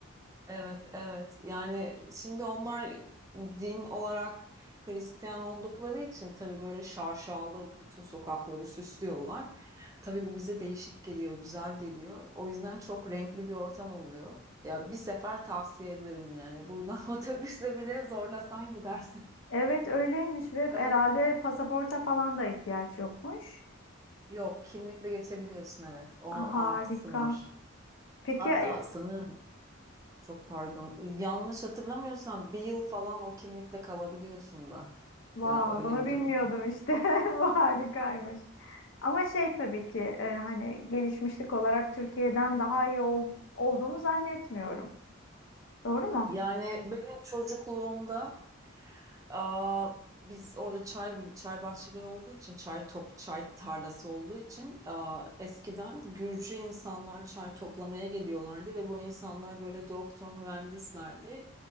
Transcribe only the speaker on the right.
evet, evet. Yani şimdi onlar din olarak Hristiyan oldukları için tabii böyle şarşalı bütün sokakları süslüyorlar. Tabii bu bize değişik geliyor, güzel geliyor. O yüzden çok renkli bir ortam oluyor. Ya bir sefer tavsiye ederim yani. Buradan <laughs> otobüsle bile zorlasan gidersin.
Ee,
Yok, kimlikle geçebiliyorsun evet. O
artısı var.
Hatta
sanırım çok pardon yanlış hatırlamıyorsam bir yıl falan o kimlikle kalabiliyorsun da.
Yani öyle
bir
durum.
Yani benim çocukluğumda aa, biz orada çay bil- çay bahçeleri olduğu için çay top çay tarlası olduğu için aa, eskiden Gürcü insanlar çay toplamaya geliyorlardı ve bu insanlar böyle doktor mühendislerdi.